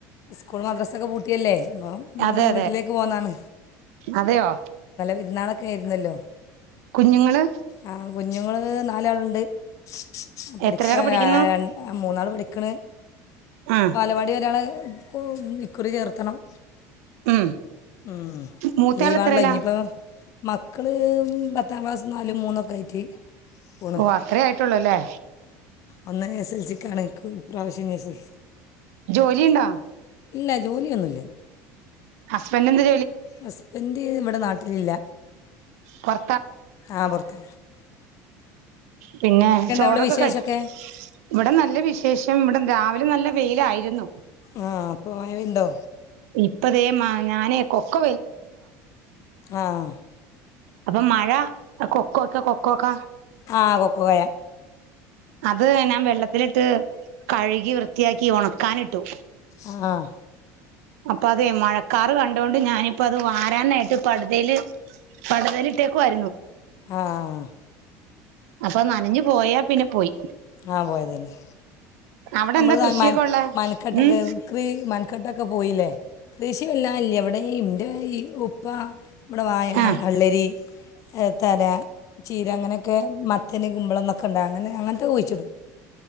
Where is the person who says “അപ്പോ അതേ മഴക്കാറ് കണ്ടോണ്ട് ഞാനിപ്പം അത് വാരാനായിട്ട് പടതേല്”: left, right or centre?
Right